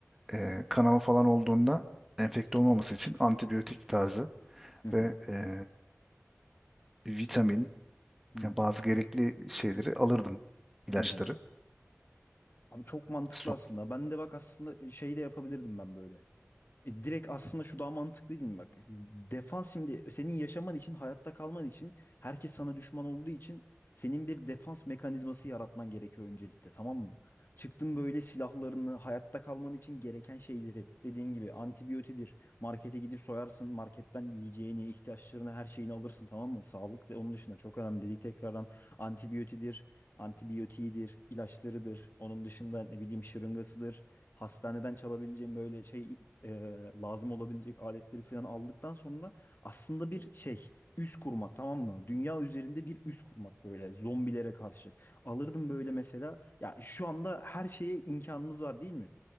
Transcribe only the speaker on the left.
Hı hı.
Hı hı.
Hı hı. Abi çok mantıklı
aslında. Ben de bak aslında e, şey de yapabilirdim ben böyle. E, direkt aslında şu daha mantıklı değil mi bak? Defans şimdi senin yaşaman için, hayatta kalman için, herkes sana düşman olduğu için senin bir defans mekanizması yaratman gerekiyor öncelikle, tamam mı? Çıktın böyle silahlarını, hayatta kalman için gereken şeyleri, dediğin gibi antibiyotidir. Markete gidip soyarsın, marketten yiyeceğini, ihtiyaçlarını, her şeyini alırsın, tamam mı? Sağlık ve onun dışında çok önemli dedik tekrardan. Antibiyotidir, antibiyotiğidir, ilaçlarıdır. Onun dışında ne bileyim şırıngasıdır hastaneden çalabileceğim böyle şey e, lazım olabilecek aletleri falan aldıktan sonra aslında bir şey üs kurmak tamam mı? Dünya üzerinde bir üs kurmak böyle zombilere karşı. Alırdım böyle mesela ya şu anda her şeye imkanımız var değil mi?